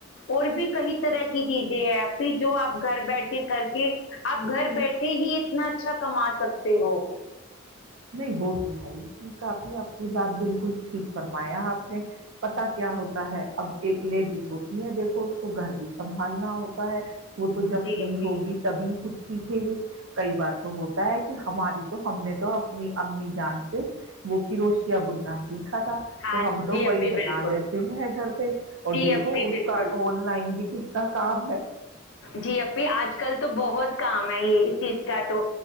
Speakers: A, on the left; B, on the right.
A: اور بھی کئی طرح کی چیزیں ہیں پھر جو آپ گھر بیٹھ کے کر کے آپ گھر بیٹھے ہی اتنا اچھا کما سکتے ہو
B: نہیں وہ تو ہے ہی ٹھیک آپ ہی آپ کی بات بالکل ٹھیک فرمایا آپ نے پتا کیا ہوتا ہے اب ایک لیڈیز ہوتی ہے دیکھو اس کو گھر بھی سبھان نہ ہوتا ہے وہ تو جب
A: جی
B: فری
A: اپی
B: ہوگی تبھی کچھ سیکھے گی کئی بار تو ہوتا ہے کہ ہماری تو ہم نے تو اپنی امی جان سے بک روشیاب النا سیکھا تھا
A: ہاں
B: تو ہم تو
A: جی
B: وہی
A: اپی
B: بنا
A: بالکل
B: لیتے ہیں گھر پہ اور
A: جی
B: دیکھو
A: اپی
B: اس
A: بالکل
B: کا آن لائن بھی کتنا کا کام ہے
A: جی اھی آج کل تو بہت کام ہے یہ اس چیز کا تو